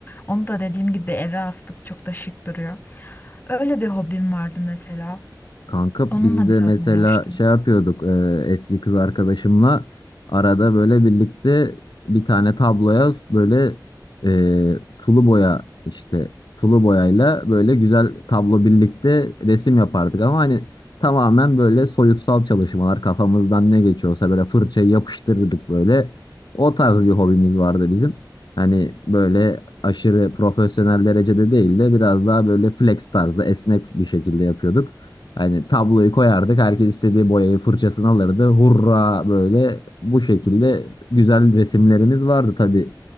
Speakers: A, on the left; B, on the left.
A: Onu da dediğim gibi eve astık çok da şık duruyor. Öyle bir hobim vardı mesela.
B: Kanka
A: Onunla
B: biz de
A: biraz
B: mesela
A: uğraştım.
B: şey yapıyorduk e, eski kız arkadaşımla arada böyle birlikte bir tane tabloya böyle e, sulu boya işte sulu boyayla böyle güzel tablo birlikte resim yapardık ama hani tamamen böyle soyutsal çalışmalar kafamızdan ne geçiyorsa böyle fırçayı yapıştırırdık böyle o tarz bir hobimiz vardı bizim. Hani böyle aşırı profesyonel derecede değil de biraz daha böyle flex tarzda esnek bir şekilde yapıyorduk. Hani tabloyu koyardık. Herkes istediği boyayı fırçasını alırdı. Hurra böyle bu şekilde güzel resimlerimiz vardı tabii.